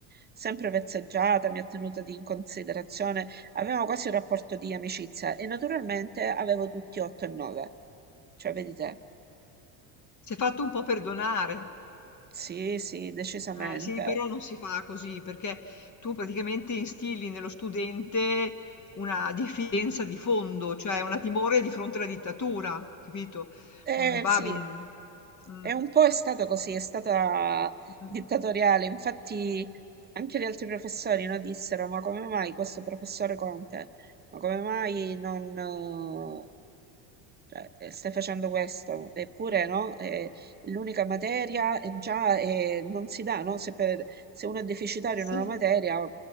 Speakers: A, on the right (about 20°); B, on the left (about 35°).
A: sempre vezzeggiata, mi ha tenuta di- in considerazione. Avevamo quasi un rapporto di amicizia e naturalmente avevo tutti 8 e 9. Cioè, vedi te?
B: Si è fatto un po' perdonare.
A: Sì, sì, decisamente.
B: Eh, sì, però non si fa così perché tu praticamente instilli nello studente una diffidenza di fondo, cioè una timore di fronte alla dittatura, capito?
A: Eh
B: Non va
A: sì,
B: bene. Mm,
A: è un po' è stata così, è stata
B: mm.
A: dittatoriale. Infatti anche gli altri professori no, dissero, ma come mai questo professore Conte, ma come mai non eh, cioè, eh, stai facendo questo? Eppure no, è l'unica materia è già eh, non si dà, no? Se, per- se uno è deficitario
B: Sì,
A: in una materia